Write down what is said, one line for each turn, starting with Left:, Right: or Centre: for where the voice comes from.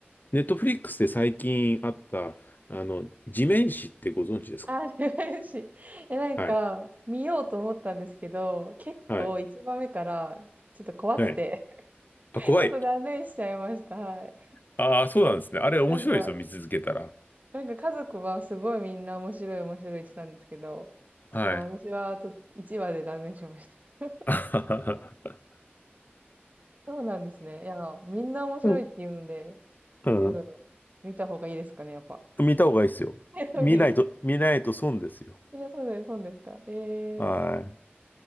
Left: ネットフリックスで最近あった、あの、地面師ってご存知ですか
Right: あ、嬉しい。え、なんか、
Left: はい。
Right: 見ようと思ったんですけど、結構一番目から、
Left: はい。
Right: ちょっと怖くて
Left: はい。
Right: <laughs>
Left: あ、怖い。
Right: ちょっと断念しちゃいました。はい。
Left: ああ、そうなんですね。あれ面白いですよ、
Right: なんか、
Left: 見続けたら。
Right: なんか家族はすごいみんな面白い面白いって言ってたんですけど、ちょっと私はあと1話で断念しました。
Left: はい。<laughs>
Right: そうなんですね。いや、みんな面白いって言うので、
Left: うん。<laughs> うん
Right: どうだろう。見た方がいいですかね、やっぱ。
Left: 見た方がいいですよ。
Right: <laughs> え、そうですか。
Left: 見ないと、見ないと損ですよ。
Right: みんなそうです、そうですか。ええー。
Left: はい。